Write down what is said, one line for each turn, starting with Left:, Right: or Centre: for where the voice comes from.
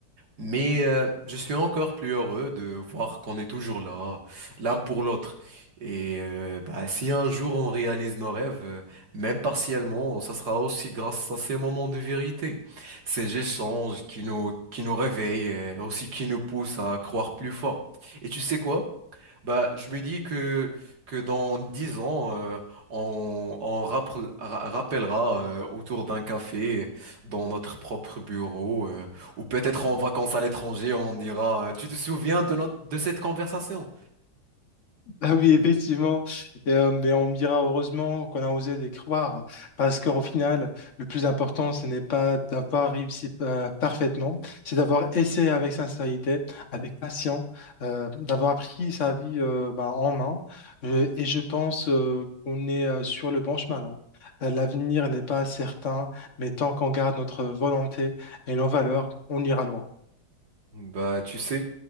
Right: Mais euh, je suis encore plus heureux de voir qu'on est toujours là, l'un pour l'autre. Et euh, bah, si un jour on réalise nos rêves, euh, même partiellement, ça sera aussi grâce à ces moments de vérité, ces échanges qui nous, qui nous réveillent, et aussi qui nous poussent à croire plus fort. Et tu sais quoi? Bah, je me dis que, que dans 10 ans, euh, on, on rappel- ra- rappellera euh, autour d'un café, dans notre propre bureau, euh, ou peut-être en vacances à l'étranger, on dira, euh, Tu te souviens de notre, de cette conversation?
Left: Ah oui, effectivement. Et, euh, mais on me dira heureusement qu'on a osé les croire, parce qu'au final, le plus important, ce n'est pas d'avoir réussi euh, parfaitement, c'est d'avoir essayé avec sincérité, avec patience, euh, d'avoir pris sa vie euh, ben, en main. Je- et je pense euh, qu'on est euh, sur le bon chemin là. Euh, L'avenir n'est pas certain, mais tant qu'on garde notre volonté et nos valeurs, on ira loin.
Right: Bah, tu sais,